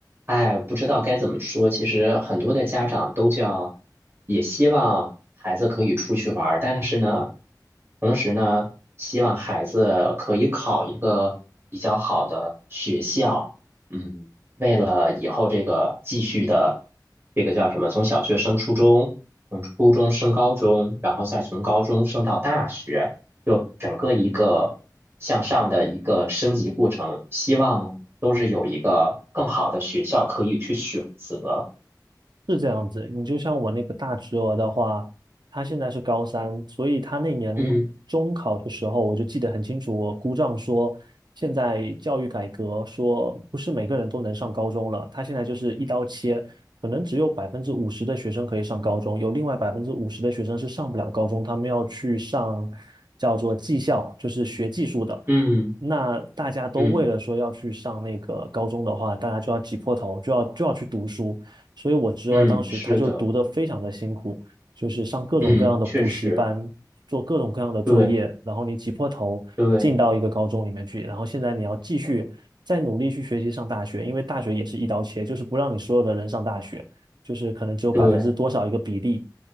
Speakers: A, on the right; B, on the right.
A: 哎，不知道该怎么说。其实很多的家长都叫，也希望孩子可以出去玩儿，但是呢，同时呢，希望孩子可以考一个比较好的学校。嗯，为了以后这个继续的，这个叫什么？从小学升初中，从初中升高中，然后再从高中升到大学。就整个一个向上的一个升级过程，希望都是有一个更好的学校可以去选择。
B: 是这样子，你就像我那个大侄儿的话，他现在是高三，所以他那年
A: 嗯
B: 中考的时候，我就记得很清楚，我姑丈说，现在教育改革说不是每个人都能上高中了，他现在就是一刀切，可能只有百分之五十的学生可以上高中，有另外百分之五十的学生是上不了高中，他们要去上叫做技校，就是学技术的。
A: 嗯
B: 那大家都为了说要去上那个高中的话，
A: 嗯
B: 大家就要挤破头，就要就要去读书。所以我侄儿当时他就读得非常的辛苦，
A: 嗯，是的，
B: 就是上各种各样的补习班，
A: 嗯，确实，
B: 做各种各样的作业，
A: 对
B: 然后你挤破头进到一个高中里面去，
A: 对
B: 然后现在你要继续再努力去学习上大学，因为大学也是一刀切，就是不让你所有的人上大学，就是可能只有百分之多少一个比例。
A: 对